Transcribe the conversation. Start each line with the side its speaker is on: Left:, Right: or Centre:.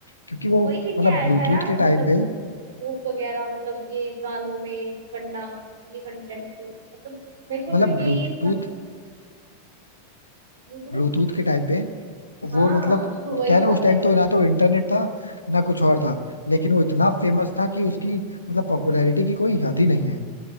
Left: क्योंकि वो
Right: वही लेके
Left: मतलब
Right: आया
Left: ब्लूटूथ
Right: था यार
Left: के
Right: मतलब
Left: टाइम पे
Right: हिप वगैरह मतलब ये गानों में करना ये कंटेंट मतलब मेरे को
Left: मतलब
Right: तो यही
Left: ब्लूटूथ
Right: इतना ब्लूटूथ
Left: ब्लूटूथ के टाइम पे
Right: हाँ
Left: वो मतलब
Right: वही
Left: क्या है
Right: था
Left: ना उस
Right: भाई
Left: टाइम तो
Right: की
Left: ना तो इंटरनेट था ना कुछ और था लेकिन वो इतना फेमस था कि उसकी मतलब पॉपुलैरिटी की कोई हद ही नहीं है